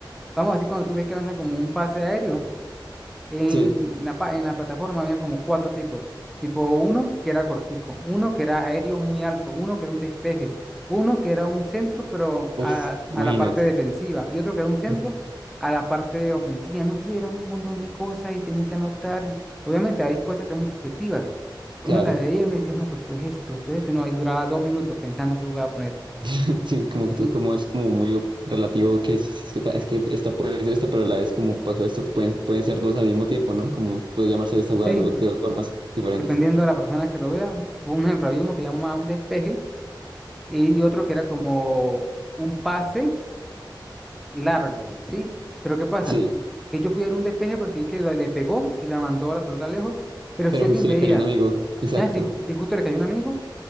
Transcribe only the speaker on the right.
sí,
uf,
imagínate,
sí,
claro.
<laughs> Sí, como
que tú- como es como muy relativo que es, es que, ta- es que esta puede ser esta, pero la es como pasó esto, pueden, pueden ser dos al mismo tiempo, ¿no? Como puede llamarse esta jugada
de, de dos formas diferentes.
Sí,
pero
justo
le cayó un amigo. Exacto,